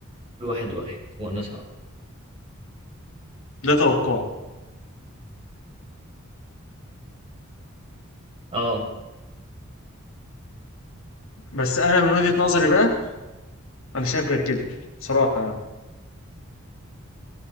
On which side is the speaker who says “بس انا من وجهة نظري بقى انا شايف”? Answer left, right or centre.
Left